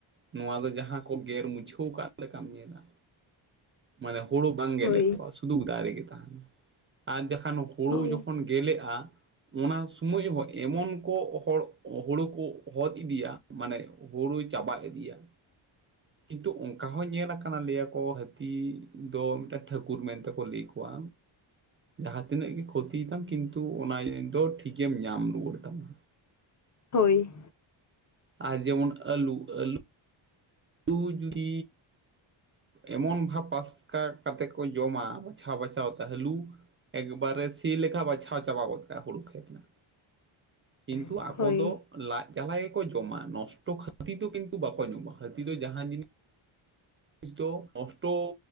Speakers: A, on the right; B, on the left.
A: ᱱᱚᱣᱟ ᱫᱚ ᱡᱟᱦᱟᱸ ᱠᱚ ᱜᱮᱨ ᱢᱩᱪᱷᱟᱹᱣ ᱠᱟᱜ ᱞᱮᱠᱟᱢ ᱧᱮᱞᱟ᱾ ᱢᱟᱱᱮ ᱦᱳᱲᱳ ᱵᱟᱝ
B: ᱦᱳᱭ
A: ᱜᱮᱞᱮ ᱠᱚᱜ-ᱟ ᱥᱩᱫᱷᱩ ᱫᱟᱨᱮ ᱜᱮ ᱛᱟᱦᱮᱱᱟ ᱟᱨ ᱡᱟᱦᱟᱱ ᱦᱳᱲᱳ
B: ᱦᱳᱭ
A: ᱡᱚᱠᱷᱚᱱ᱾ ᱜᱮᱞᱮᱜ-ᱟ᱾ ᱚᱱᱟ ᱥᱩᱢᱟᱹᱡ ᱦᱚᱸ ᱮᱢᱚᱱ ᱠᱚ ᱦᱚᱲ ᱦᱳᱲᱳ ᱠᱚ ᱦᱚᱫ ᱤᱫᱤᱭᱟ ᱢᱟᱱᱮ᱾ ᱦᱳᱲᱳᱭ ᱪᱟᱵᱟ ᱤᱫᱤᱭᱟ ᱠᱤᱱᱛᱩ ᱚᱱᱠᱟ ᱦᱚᱸ ᱧᱮᱞ ᱟᱠᱟᱱᱟ ᱞᱟᱹᱭ ᱟᱠᱚ ᱦᱟᱹ ᱛᱤ ᱫᱚ ᱢᱤᱜᱴᱟ ᱴᱷᱟᱹᱠᱩᱨ ᱢᱮᱱᱛᱮᱠᱚ ᱞᱟᱹᱭ ᱠᱚᱣᱟ᱾ ᱡᱟᱦᱟᱸ ᱛᱤᱱᱟᱹᱜ ᱜᱮ ᱠᱷᱚᱛᱤᱭ ᱛᱟᱢ ᱠᱤᱱᱛᱩ ᱚᱱᱟ ᱤᱭᱟᱹᱭ ᱫᱚ ᱴᱷᱤᱠᱮᱢ ᱧᱟᱢ ᱨᱩᱣᱟᱹᱲ ᱛᱟᱢᱟ᱾
B: ᱦᱳᱭ᱾
A: ᱟᱨ ᱡᱮᱢᱚᱱ ᱟᱹᱞᱩ ᱟᱹᱞᱩ᱾ ᱞᱩ ᱡᱩᱫᱤ᱾ ᱮᱢᱚᱱ ᱵᱷᱟᱵᱽ ᱯᱟᱥᱠᱟ ᱠᱟᱛᱮ ᱠᱚ ᱡᱚᱢᱟ ᱵᱟᱪᱷᱟᱣ ᱵᱟᱪᱷᱟᱣ ᱛᱮ ᱦᱟᱹᱞᱩ᱾ ᱮᱠᱵᱟᱨᱮ ᱥᱤ ᱞᱮᱠᱷᱟ ᱵᱟᱪᱷᱟᱣ ᱪᱟᱵᱟ ᱜᱚᱫ ᱠᱟᱜ-ᱟ ᱦᱩᱲᱩ ᱠᱷᱮᱛ ᱱᱟᱜ᱾
B: <inaudible>
A: ᱠᱤᱱᱛᱩ ᱟᱠᱚ
B: ᱦᱳᱭ
A: ᱫᱚ ᱞᱟᱡ ᱡᱟᱞᱟ ᱜᱮᱠᱚ ᱡᱚᱢᱟ ᱱᱚᱥᱴᱚ ᱠᱷᱟᱹᱛᱤᱨ ᱫᱚ ᱠᱤᱱᱛᱩ ᱵᱟᱠᱚ ᱡᱚᱢᱟ ᱾ ᱦᱟᱹᱛᱤ ᱫᱚ ᱡᱟᱦᱟᱸ ᱡᱤᱱᱤ ᱤᱥ ᱫᱚ ᱱᱚᱥᱴᱚ